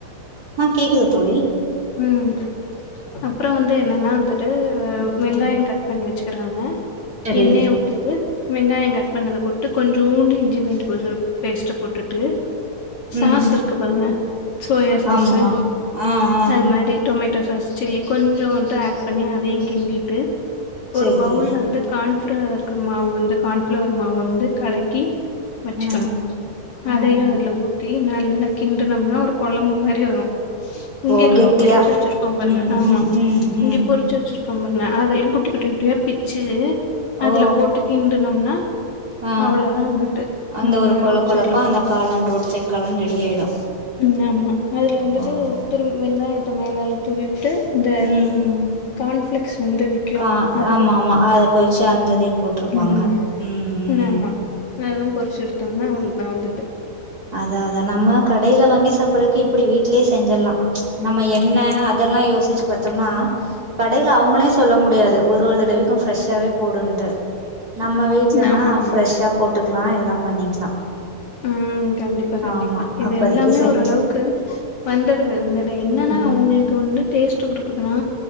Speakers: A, on the right; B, on the left.
A: ஆ கேக்குது தோழி
B: உம் அப்புறோ வந்து என்னன்னா வந்து ட்டு
A: ம்
B: வெங்காயோ
A: ம்
B: கட் பண்ணி வச் சுக்கறாங்க
A: சரி
B: எண்ணய ஊத்திட்டு வெங்காயோ கட் பண்ணத போட்டு கொஞ்சூண்டு இஞ்சி பூண்டு கொஞ்சோ பேஸ்ட்ட போட்டுட்டு சாஸு
A: ம்
B: இருக்க பாருங்க சோயா சாஸு
A: ஆமா ஆ ஆ
B: அது மாரி டொமேட்டோ சாஸ் சில்லி கொஞ்சோண்டு ஆட் பண்ணி அதையு கிண்டிட்டு
A: சரி
B: ஒரு பவுல்ல வந்து கான்ஃபளேவருக்கு மாவு வந்து கான்ஃப்ளவர் மாவ வந்து கலக்கி வச்சுக்கணு
A: ம்
B: அதையு
A: ம் ம்
B: அதுல ஊத்தி நல் லா கிண்டுனம்னா ஒரு கொழம்பு மாரி வரு இங்க
A: ஓ
B: நம்ம
A: கெட்டியா
B: பொரிச்சு வச்சிருக்கோ பாருங்க
A: ம்
B: ஆமா
A: ம் ம் ம்
B: இங்க பொரிச்சு வச்சிரு க்கோமல்ல அதயு குட்டி குட்டி குட்டியா பிச்சு அதுல
A: ஓ
B: போட்டு கிண்டுனோம்னா
A: ஆ
B: அவ்ளவுதா வந்துட்டு
A: அந்த
B: நம்ம
A: ஒரு கொழ
B: ரோட்
A: கொழப்பா
B: சைட்ல
A: அந்த காளான் ரோட் சைட் காளான் ரெடி ஆயிடு
B: ன்னா ஆமா அதுல
A: ஓ
B: வந்துட்டு வெங்காயத்த மேலால தூவி ட்டு இந்த
A: ம் ம்
B: கான்ஃபிளெக்ஸ் வந்து விக்கு
A: கா
B: அத
A: ஆமா
B: போ
A: ஆமா அத பொறிச்சு அந்த இதையு போட்ருப்பாங்க
B: ம்
A: ம்
B: ஆமா
A: ம்
B: அதுவு பொரிச்சு எடுத்தோம்னா அவ்ளதா வந்து
A: அதா தா நம்ம கடைல வாங்கி சாப்படறதுக்கு இப்படி வீட் லயே செஞ்சிரலா நம்ம என்ன அதெல்லா யோசிச்சு பாத்தோம்னா கடைல அவங்களே சொல்ல முடியாது ஒரு ஒரு தடவைக்கு ப்ரெஷ்ஷாவே போடுன்ட்டு நம்ம வீட்லனா
B: ஆமா ஆமா
A: ப்ரெஷ்ஷா போட் டுக்கலா எல்லாம் பண்ணிக்கலா
B: ம் கண்டிப்பா கண்டிப்பா
A: ஆமா
B: இது
A: அப்பதைக்கு
B: எல்லாமே
A: செஞ்சு
B: ஓரளவுக்கு வந்துடுது இதுல என்னன்னா
A: ம்
B: அவங்களுக்கு வந்து டேஸ்ட் டு குடுக்குதுனா